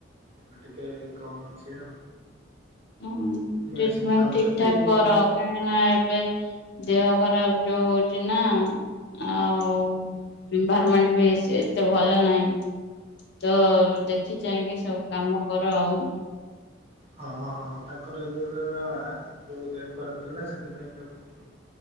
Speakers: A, on the right; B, on the left.
A: ଆ ଟିକେ କମ୍ ଅଛି ଆଉ।
B: ହଁ ଟ୍ରିଟମେଣ୍ଟ
A: ମେଡିସିନ ଖାଉଛନ୍ତି।
B: ଠିକ୍ ଠାକ୍ କର। କାଇଁକି ନା ଏବେ ଦେହ ଖରାପ ଯୋଉ ହଉଚି ନା। ଆଉ ଏନଭାରମେଣ୍ଟ ବିଶେଷ ଏତେ ଭଲ ନାହିଁ। ତ ଦେଖି ଚାହିଁକି ସବୁ କାମ କର ଆଉ।
A: ହଁ ହଁ ହଁ ହଁ ତାଙ୍କର ଏ ଯୋଉ <unintelligible> ଏ ଦେହ ଖରାପ ଥିଲା ସେଥିପାଇଁ କା <unintelligible>